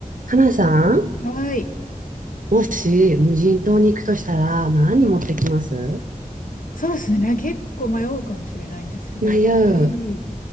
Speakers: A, on the right; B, on the left.
A: 花さん、
B: はい。
A: もし無人島に行くとしたら何持ってきます
B: そうですね。結構迷うかもしれないんですけど、
A: 迷う。
B: やっぱり、